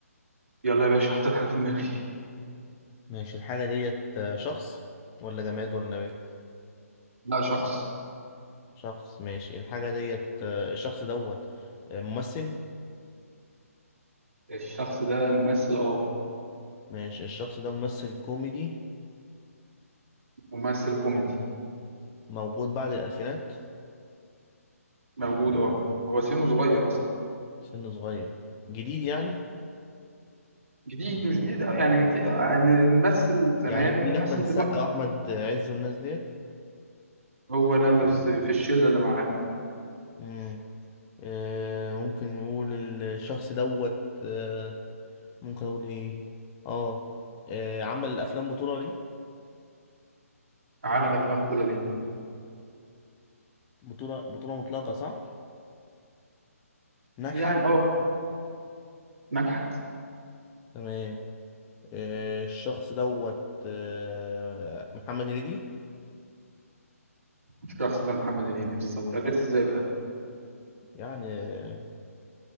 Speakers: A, on the right; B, on the left.
A: يلا يا باشا حطيت حاجه في دماغي
B: ماشي الحاجة ديت آه، شخص ولا جماد ولا نبات؟
A: لا شخص
B: شخص ماشي الحاجة ديت آه، الشخص دوت آه، ممثل
A: الشخص ده ممثل اه
B: ماشي الشخص ده ممثل كوميدي
A: ممثل كوميدي
B: موجود بعد الألفينات
A: موجود اه هو سنه صغير اصلا
B: سنه صغير جديد يعني
A: جديد مش جديد أوي، يعني جديد آه، يعني ممثل زمان
B: يعني في جيل
A: وممثل
B: أحمد السقا
A: دلوقتي
B: وأحمد عز والناس ديت
A: هو نفس في الشله اللي معاه
B: مم. آه، ممكن نقول الشخص دوت آه، ممكن اقول ايه اه آه، عمل افلام بطولة ليه
A: عمل افلام بطوله ليه
B: بطولة بطولة مطلقة صح ناجحة
A: يعني اه نجحت
B: تمام آه، الشخص دوت آه، محمد هنيدي
A: الشخص ده محمد هنيدي بالظبط عرفت ازاي بقى
B: يعني آه،